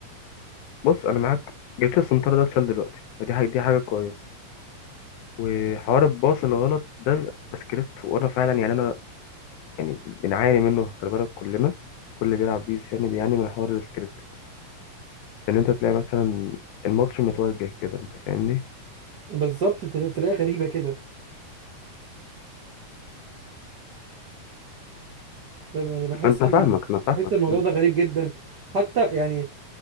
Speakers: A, on the left; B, on the right.
A: بص انا معاك جبت السنتر ده اتشال دلوقتي فدي حاجه دي حاجه كويسه وحوار الباص الغلط ده بيبقى سكريبت وانا فعلا يعني انا يعني بنعاني منه خلي بالك كلنا كل اللي بيلعب بيس يعني بيعاني من حوار السكريبت ان انت تلاقي مثلا الماتش متوجه كده انت فاهمني
B: بالظبط بتلاقي غريبة كده فاهم يعني بحس
A: انا
B: ال...
A: فاهمك انا فاهمك
B: بحس الموضوع
A: يعني.
B: ده غريب جدا حتى يعني